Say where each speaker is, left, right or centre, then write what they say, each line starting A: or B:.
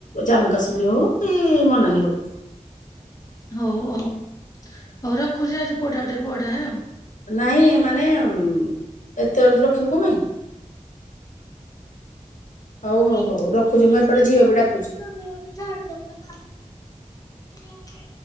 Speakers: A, on the left; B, on the left.
A: ଜାମ୍ମୁ କାଶ୍ମୀର। କି ମନାଲି ହଉ।
B: ହଉ ହଉ, ହଉ ରଖୁଛି ଯାଉଚି ପୁଅଟାକୁ ଟିକେ ପଢାଏ ଆଉ।
A: ନାହିଁ ମାନେ ହୁଁ। ଏକାବେଳେ ତୁ ରଖିବୁ କଣ ପାଇଁ? ହଉ ହଉ
B: ଏ ଏଇ
A: ହଉ ରଖୁଛି ମୁଁ ଏପଟେ
B: ଦିଟା
A: ଝିଅ
B: ମୁଁ
A: ବି ଡାକୁଛି।
B: ଟିକେ ସରିଗଲେ ଛାଡିଦବ ହେଲା।